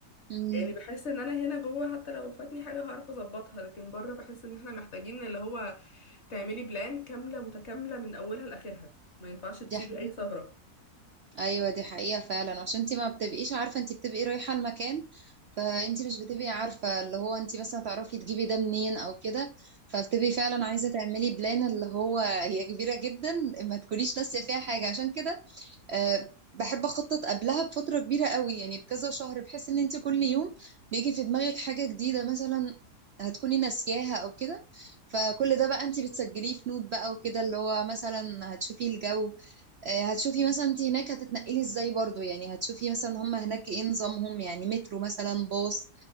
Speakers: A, on the right; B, on the left.
A: مم.
B: يعني بحس ان انا هنا جوه حتى لو فاتني حاجة هعرف اظبطها لكن بره بحس ان احنا محتاجين اللي هو تعملي بلان كاملة متكاملة من اولها لاخرها ما ينفعش تسيبي
A: دي حاجة
B: اي ثغرة
A: ايوه دي حقيقة فعلا عشان انت ما بتبقيش عارفة انت بتبقي رايحة المكان فانت مش بتبقي عارفة اللي هو انت مثلا تعرفي تجيبي ده منين او كده فبتبقي فعلا عايزة تعملي بلان اللي هو هي كبيرة جدا ما تكونيش ناسية فيها حاجة عشان كده أه بحب اخطط قبلها بفتره كبيره قوي يعني بكذا شهر بحيث ان انت كل يوم بيجي في دماغك حاجه جديده مثلا هتكوني ناسياها او كده فكل ده بقى انت بتسجليه في نوت بقى وكده اللي هو مثلا هتشوفي الجو أه هتشوفي مثلا انت هناك هتتنقلي ازاي برضو يعني هتشوفي مثلا هم هناك ايه نظامهم يعني مترو مثلا باص